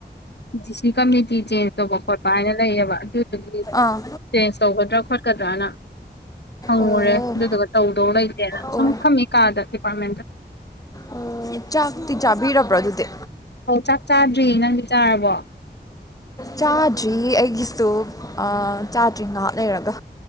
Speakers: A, on the left; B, on the left.
A: ꯗꯤ ꯁꯤ ꯀꯝꯃꯨꯅꯤꯇꯤ ꯆꯦꯟꯖ ꯇꯧꯕ ꯈꯣꯠꯄ ꯍꯥꯏꯅ ꯂꯩꯌꯦꯕ ꯑꯗꯨꯗꯨꯒꯤ
B: ꯑꯥ
A: ꯆꯦꯟꯖ ꯇꯧꯒꯗ꯭ꯔꯥ ꯈꯣꯠꯀꯗ꯭ꯔꯅ ꯍꯪꯉꯨꯔꯦ
B: ꯑꯣ
A: ꯑꯗꯨꯗꯨꯒ ꯇꯧꯗꯧ ꯂꯩꯇꯦꯅ
B: ꯑꯣ
A: ꯁꯨꯝ ꯐꯝꯃꯤ ꯀꯥꯗ ꯗꯤꯄꯥꯔꯠꯃꯦꯟꯗ
B: ꯑꯣ ꯆꯥꯛꯇꯤ ꯆꯥꯕꯤꯔꯕ꯭ꯔꯣ ꯑꯗꯨꯗꯤ
A: ꯑꯣ ꯆꯥꯛ ꯆꯥꯗ꯭ꯔꯤ ꯅꯪꯗꯤ ꯆꯥꯔꯕꯣ
B: ꯆꯥꯗ꯭ꯔꯤ ꯑꯩꯒꯤꯁꯨ ꯑꯥ ꯆꯥꯗ꯭ꯔꯤ ꯉꯍꯥꯛ ꯂꯩꯔꯒ